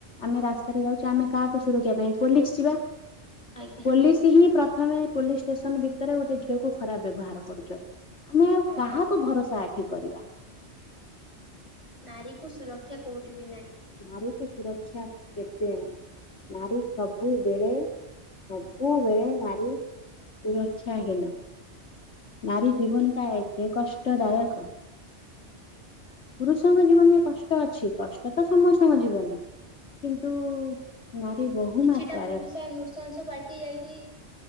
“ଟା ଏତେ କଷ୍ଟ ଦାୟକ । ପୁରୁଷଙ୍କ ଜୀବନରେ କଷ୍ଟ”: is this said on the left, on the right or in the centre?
Left